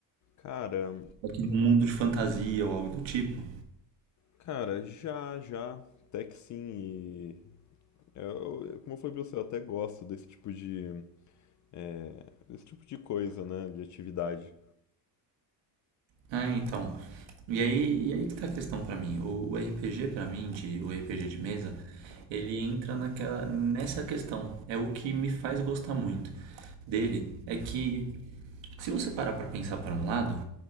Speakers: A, on the left; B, on the right.
A: Cara,
B: Aqui num mundo de fantasia ou algo do tipo?
A: cara, já, já, até que sim, Eu, eu- como eu falei pra você, eu até gosto desse tipo de, é, desse tipo de coisa, né? De atividade.
B: Ah, então. E aí, e aí que tá a questão pra mim. O, o RPG pra mim, de, o RPG de mesa, ele entra naquela, nessa questão. É o que me faz gostar muito dele. É que, se você parar pra pensar por um lado,